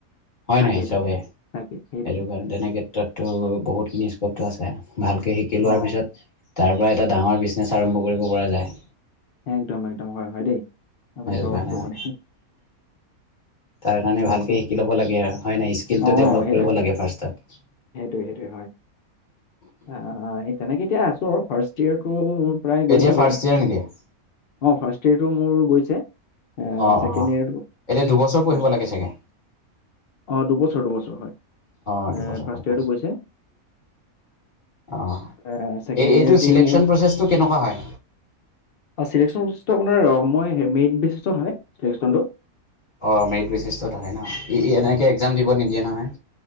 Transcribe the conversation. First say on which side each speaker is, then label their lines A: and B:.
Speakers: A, on the left; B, on the left.
A: হয়
B: তাকেই
A: নাই চবেই,
B: তাকে তাকে
A: সেইটো
B: তাকে সেইটোৱে
A: কাৰণে তেনে ক্ষেত্ৰততো বহুতখিনি স্কপটো আছে। ভালকে শিকি লোৱাৰ
B: অ
A: পিছত তাৰ পৰা এটা ডাঙৰ বিজনেছ আৰম্ভ কৰিব পৰা যায়।
B: একদম- একদম হয়- হয় দেই, আপুনি
A: সেইটো
B: কোৱা
A: কাৰণে
B: কথাটো <unintelligible>
A: তাৰ
B: উম,
A: কাৰণে ভালকে
B: বাকী
A: শিকি ল'ব লাগে আৰু হয় নাই স্কিলটো
B: অ
A: ডেভলপ
B: সেইটো
A: কৰিব লাগে ফাৰ্ষ্টত।
B: সেইটো হয়, আ তেনেকে এতিয়া আছোঁ আৰু ফাৰ্ষ্ট ইয়েৰটো প্ৰায় গৈছে
A: এতিয়া
B: বাৰু
A: ফাৰ্ষ্ট ইয়াৰ নেকি।
B: অ' ফাৰ্ষ্ট ইয়েৰটো মোৰ গৈছে। উম,
A: অ',
B: চেকেণ্ড
A: অ'।
B: ইয়েৰ টো
A: এতিয়া দুবছৰ পঢ়িব
B: ফাৰ্ষ্ট
A: লাগে চাগে?
B: অ' দুবছৰ- দুবছৰ হয়,
A: অ',
B: এ
A: দুবছৰ
B: ফাৰ্ষ্ট
A: পঢ়িব
B: ইয়েৰটো
A: লাগে।
B: গৈছে।
A: অ'।
B: এ ছেকেণ্ড
A: এই এইটো
B: ইয়ৰটো
A: চিলেকশ্যন
B: মোৰ,
A: প্ৰচেছটো কেনেকুৱা হয়?
B: আছিল। <unintelligible> আপোনাৰ মই মেৰিট বেচিছত হয়, চিলেকচনটো।
A: অ' মেৰিট বেচিছত হয় ন, ই এনেকে একজাম দিব নিদিয়ে নহয়।